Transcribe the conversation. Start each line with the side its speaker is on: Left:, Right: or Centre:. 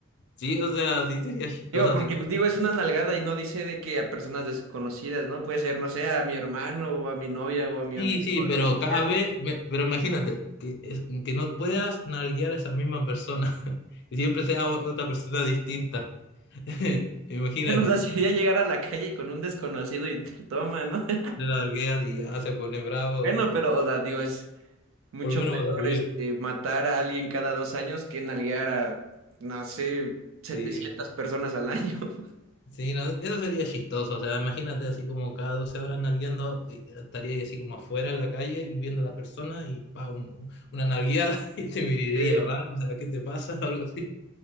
Left: Sí, o sea, sí sería chistoso
Right: Digo,
Left: así.
Right: porque pues digo, es una nalgada y no dice de que a personas desconocidas, ¿no? Puede ser, no sé, a mi hermano o a mi novia o a mi
Left: Sí,
Right: amigo
Left: sí,
Right: o
Left: pero
Right: lo
Left: cada
Right: que sea.
Left: vez,
Right: <laughs>
Left: me- pero imagínate, que, es- que no puedas nalguear a esa misma persona, <laughs> que siempre sea o- otra persona distinta. <laughs> Imagínate,
Right: Bueno, o sea, <laughs> sería llegar a la calle con un desconocido y <laughs> toma, ¿no? <laughs>
Left: te nalgueas y ya se pone bravo,
Right: Bueno,
Left: o
Right: pero, o sea, digo, es mucho
Left: por lo menos
Right: peor
Left: vas a vivir.
Right: este, matar a alguien cada dos años que nalguear a, no sé, setecientas
Left: Sí,
Right: personas al año. <laughs>
Left: sí, no, eso sería chistoso, o sea, imagínate así como cada 12 horas nalgueando, y estaría ahí así como afuera en la calle y viendo a la persona y pa, un- una nalgueada <laughs> y te miraría
Right: Sí,
Left: raro, o sea, ¿qué te pasa? <laughs> Algo así.